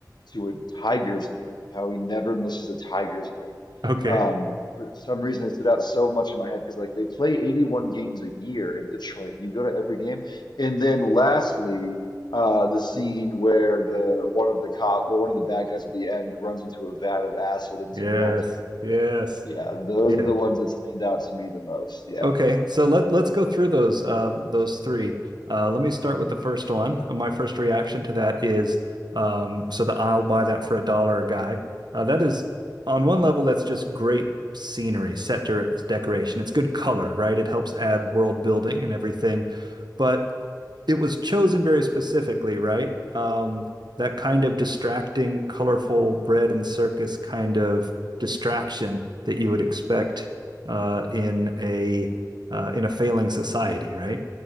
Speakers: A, on the left; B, on the right.
A: to a Tigers game, how he never misses a Tigers game.
B: Okay.
A: Um, for some reason, it stood out so much in my head because like they play 81 games a year in Detroit. You go to every game, and then lastly, uh, the scene where the one of the cop or one of the bad guys at the end runs into a vat of acid and is
B: Yes.
A: melting.
B: Yes.
A: Yeah, those
B: Yeah.
A: are the ones that stand out to me the most. Yeah.
B: Okay, so let let's go through those um, those three. Uh, let me start with the first one. Uh, My first reaction to that is um, so the I'll buy that for a dollar guy. Uh, that is on one level that's just great scenery, set de decoration. It's good color, right? It helps add world building and everything, but it was chosen very specifically, right? Um, that kind of distracting, colorful bread and circus kind of distraction that you would expect uh, in a uh, in a failing society, right?